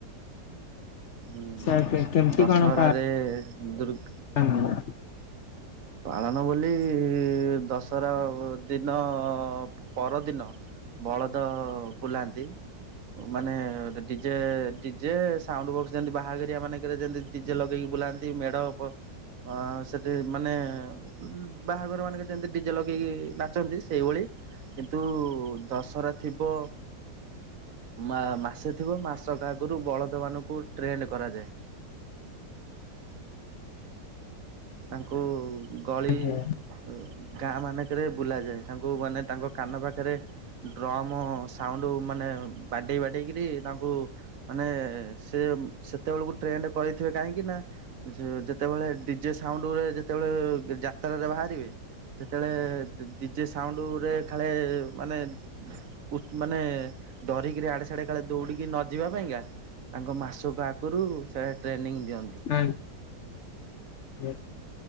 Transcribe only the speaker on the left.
ସାର୍ କେ କେମିତି
କଣ ପାଳନ
<unintelligible>
ଆଜ୍ଞା
ଆଜ୍ଞା।